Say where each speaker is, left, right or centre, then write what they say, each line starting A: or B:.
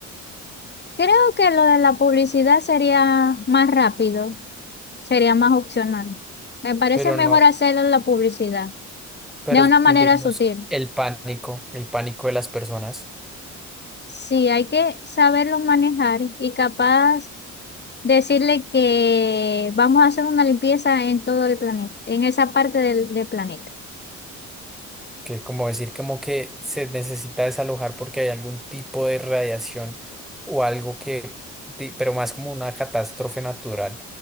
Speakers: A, on the left; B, in the centre.
A: Creo que lo de la publicidad sería más rápido, sería más opcional. Me parece
B: Pero
A: mejor
B: no.
A: hacerlo en la publicidad,
B: Pero
A: de una manera
B: digamos,
A: sutil.
B: el pánico, el pánico de las personas,
A: Sí, hay que saberlo manejar y capaz Decirle que vamos a hacer una limpieza en todo el planeta, en esa parte del, del planeta.
B: que como decir como que se necesita desalojar porque hay algún tipo de radiación o algo que, di- pero más como una catástrofe natural